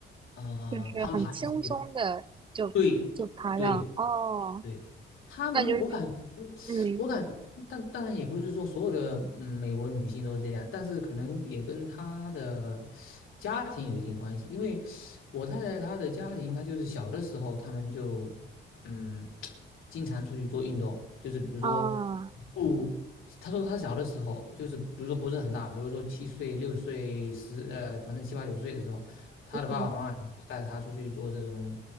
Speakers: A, on the left; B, on the right.
A: 呃攀爬一些
B: 就是很轻松的就就爬上，
A: 对对
B: 哦，
A: 对，他们，
B: 那就是
A: 我感觉，
B: 嗯
A: 我感觉，但当然也不是说所有的嗯美国女性都这样，但是可能也跟她的家庭有一定关系。因为我太太她的家庭，她就是小的时候，他们就嗯经常出去做运动，就是比如说
B: 啊。
A: 不，她说她小的时候，就是比如说不是很大，比如说七岁、六岁、十呃，反正七八九岁的时候，她的爸爸妈妈就带她出去做这种
B: 嗯。